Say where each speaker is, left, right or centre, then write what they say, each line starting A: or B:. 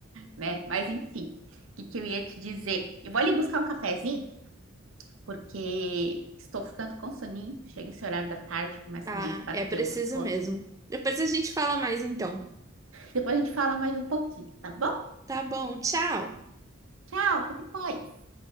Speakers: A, on the right; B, on the right.
A: né? Mas enfim, o que que eu ia te dizer? Eu vou ali buscar um cafezinho porque estou ficando com soninho. Chega esse horário da tarde, começa
B: Ah,
A: a me bater
B: é preciso
A: um sono.
B: mesmo. Depois a gente fala mais então.
A: Depois a gente fala mais um pouquinho, tá bom?
B: Tá bom, tchau.
A: Tchau, até depois.